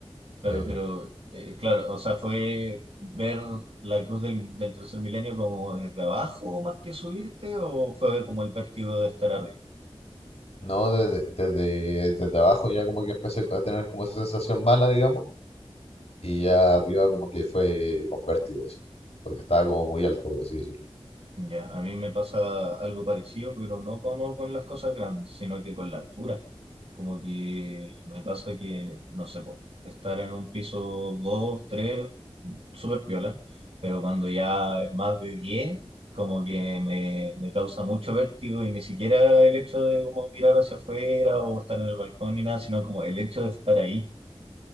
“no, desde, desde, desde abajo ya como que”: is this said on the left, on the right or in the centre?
Left